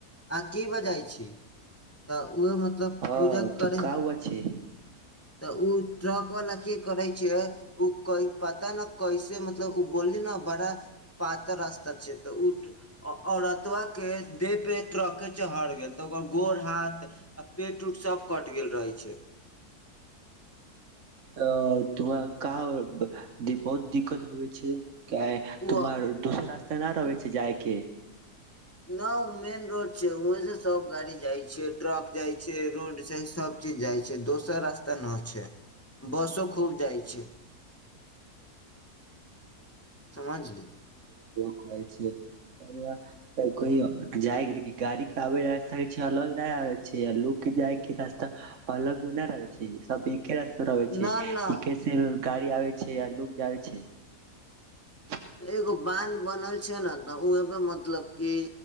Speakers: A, on the left; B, on the right.
A: आ की बजइ छी तऽ ओहो मतलब
B: हँ
A: पूजा
B: तऽ
A: करै
B: का हुआ छै
A: तऽ उ ट्रक वाला की करे छै उ क पता न कैसे मतलब ओ बोलली न बड़ा पातर्त तऽ उठ औरतबा के देह पे त्रके चहर गेल तऽ ओकर गोर हाथ आ पेट उट सभ कटि गेल रहै छै
B: त तोर क बहुत दिक्कत हो छै
A: उ
B: तोमर दोसर रास्ता न रहब जायके
A: न ओ मेन रोड छै वहेंसँ सब गाड़ी जाइ छै ट्रक जाइ छै रोड स सब चीज जाइ छै दोसर रास्ता न छै बसो खूब जाइ छै समझलि
B: कह जाय देख गाड़ी के आबे छै अलग नहि आ छै या लोक जायके रास्ता अलग मे नय रहै छी अभी स रह
A: न
B: छै
A: न
B: कैसे गाड़ी आबे छै आ ल लोकग जाे छै छै
A: एगो बान्ध बनल छै ने तऽ ओमे मतलब कि